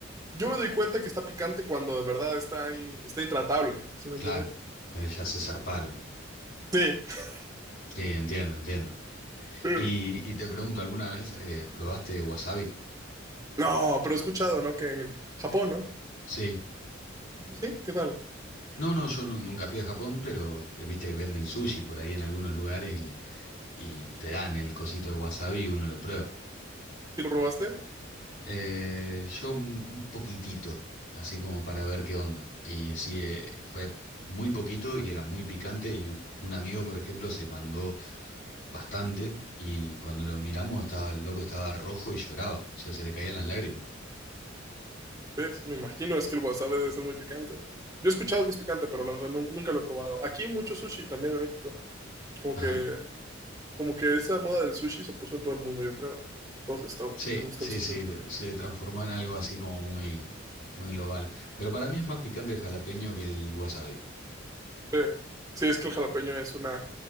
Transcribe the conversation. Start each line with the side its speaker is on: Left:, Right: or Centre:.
Right: yo me doy cuenta que está picante cuando de verdad está, in- está intratable, ¿sí me
Left: Claro,
Right: entiendes?
Left: pues ya se zarparon.
Right: Sí. <laughs>
Left: Sí, entiendo, entiendo.
Right: Mm.
Left: Y, y te pregunto, ¿alguna vez eh, probaste wasabi?
Right: No, pero he escuchado, ¿no? Que en Japón, ¿no?
Left: Sí.
Right: ¿Y tú sí? ¿Qué tal?
Left: No, no, yo nu- nunca fui a Japón, pero eh, viste que venden sushi por ahí en algunos lugares y, y te dan el cosito de wasabi y uno lo prueba.
Right: ¿Sí lo probaste?
Left: Eh, yo un un poquitito, así como para ver qué onda. Y sí, eh, fue muy poquito y era muy picante y un amigo, por ejemplo, se mandó bastante y cuando lo miramos estaba, el loco estaba rojo y lloraba, o sea, se le caían las lágrimas.
Right: Sí, sí, me imagino, es que el wasabi debe ser muy picante. Yo he escuchado que es picante, pero la verdad nu- nunca lo he probado. Aquí hay mucho sushi también en México. Como
Left: Ajá.
Right: que Como que esa moda del sushi se puso en todo el mundo, yo creo. Todos les, está-
Left: Sí,
Right: les gusta
Left: sí,
Right: el sushi.
Left: sí,
Right: últimamente.
Left: se transformó en algo así como muy, muy global. Pero para mí es más picante el jalapeño que el wasabi.
Right: Eh, Sí, es que el jalapeño es una,